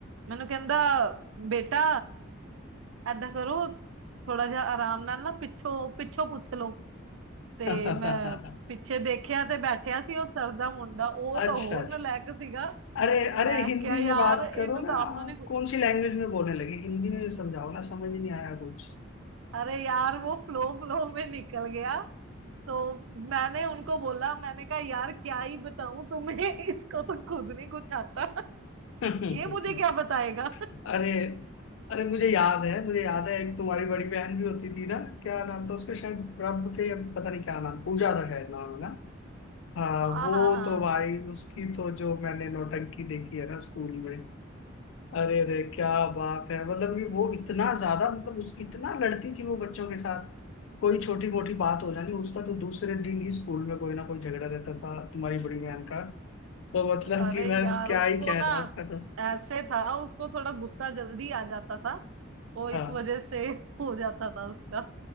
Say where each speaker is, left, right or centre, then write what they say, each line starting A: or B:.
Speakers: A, on the right; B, on the left.
A: मैंने कहंदा बेटा ऐदा करो थोड़ा जा आराम नाल ना पिछो पिछो पूछ लो ਤੇ
B: हाँ
A: ਮੈਂ ਪਿੱਛੇ ਦੇਖਿਆ ਤੇ ਬੈਠਿਆ ਸੀ ਉਹ ਸਰ ਦਾ ਮੁੰਡਾ ਉਹ
B: <laughs> अच्छा
A: ਤਾਂ ਹੋਰ
B: अच्छा
A: ਨਾਲਾਇਕ ਸੀਗਾ
B: अरे अरे
A: ਮੈਂ
B: हिंदी
A: ਕਿਹਾ ਯਾਰ
B: में बात
A: ਇਹਨੂੰ
B: करो ना
A: ਤਾਂ ਆਪ
B: आप
A: ਨੂੰ नहीं पू-
B: कौन सी लैंग्वेज में बोलने लगे हिंदी में समझाओ ना समझ ही नहीं आया कुछ
A: अरे यार वो फ्लो फ्लो में निकल गया तो मैंने उनको बोला मैंने कहा यार क्या ही बताऊं तुम्हें <laughs> इसको तो खुद नहीं कुछ आता
B: <laughs>
A: ये मुझे क्या बताएगा <laughs>
B: अरे अरे मुझे याद है मुझे याद है एक तुम्हारी बड़ी बहन भी होती थी ना क्या नाम था उसका शायद रब थे या पता नहीं क्या नाम पूजा था शायद नाम है ना हाँ
A: हाँ
B: वो
A: हाँ हाँ
B: तो भाई उसकी तो जो मैंने नौटंकी देखी है ना स्कूल में अरे अरे क्या बात है मतलब कि वो इतना ज्यादा मतलब उसकी इतना लड़ती थी वो बच्चों के साथ कोई छोटी मोटी बात हो जानी उसका तो दूसरे दिन ही स्कूल में कोई ना कोई झगड़ा रहता था तुम्हारी बड़ी बहन का तो मतलब
A: अरे
B: कि बस
A: यार
B: क्या
A: उसको
B: ही कहना
A: ना
B: उसका तो
A: ऐसे था उसको थोड़ा गुस्सा जल्दी आ जाता था वो इस
B: हाँ
A: वजह से हो जाता था उसका